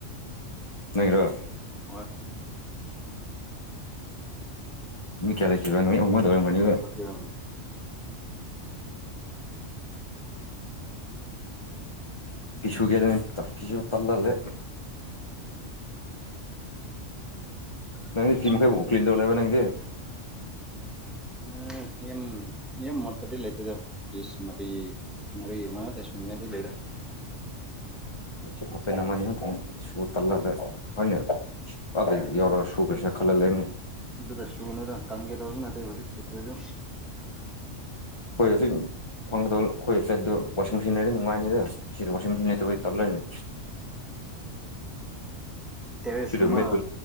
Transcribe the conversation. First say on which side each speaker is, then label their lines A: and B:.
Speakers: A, on the left; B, in the centre.
A: ꯅꯪꯒꯤꯔꯣ
B: ꯑꯣ
A: ꯃꯤ ꯀꯌꯥ ꯂꯩꯈꯤꯕ꯭ꯔꯥ ꯅꯣꯏ ꯑꯣꯡꯃꯗꯧꯔꯝꯒꯅꯤ ꯑꯗꯨꯒ
B: ꯍꯝ
A: ꯄꯤꯁꯨꯒꯦ ꯄꯤꯁꯎ ꯇꯜ ꯂꯦ ꯅꯪꯅ ꯁꯤꯝꯈ
B: ꯁꯨꯗ꯭ꯔꯦ
A: ꯑꯣ꯭꯭ꯂꯂꯤꯟꯗꯔ ꯂꯩꯕ ꯅꯪꯗꯤꯦ
B: ꯎꯝ ꯌꯥꯝ ꯌꯥꯝ ꯃꯣꯠꯄꯗꯤ ꯂꯩꯇꯦꯗ ꯄꯤꯁ ꯃꯔꯤ ꯃꯔꯤ ꯑꯃꯉꯇ ꯁꯨꯅꯤꯡꯉꯥꯏꯗꯤ ꯂꯩꯔꯥ
A: ꯁ ꯍꯅ ꯃꯥꯅꯤꯅꯇꯅꯤ ꯁ ꯇꯜꯥ ꯍꯅꯤ ꯑꯗꯩ ꯌꯥꯧꯔꯛꯒ ꯁꯨꯈ꯭ꯔꯦꯁꯦ ꯈꯜꯍꯜꯂꯦ
B: ꯑꯗꯨꯗ ꯁꯨ ꯅ ꯀꯪꯒꯦ ꯇꯧꯁꯨ ꯅꯠꯇ ꯍꯧ ꯁꯨꯁꯨ
A: ꯍꯣꯏ ꯍꯧ ꯁꯤ ꯐꯪꯒꯗꯕ ꯑꯩꯈꯣꯏꯒꯤ ꯐ꯭ꯂꯦꯠꯇꯨ ꯋꯥꯁꯤꯡ ꯃꯦꯆꯤꯟ ꯂꯩꯔꯅꯤ ꯅꯨꯡꯉꯥꯏꯅꯤꯗ ꯁꯤꯗꯤ ꯋꯥꯁꯤꯡ ꯃꯆꯤꯟ ꯂꯩꯇꯕꯩ ꯇꯜꯂꯣꯏꯅꯤ
B: ꯇꯦꯔꯦꯁꯀꯨꯝꯕ
A: ꯁꯤꯗ ꯃꯦꯠꯨ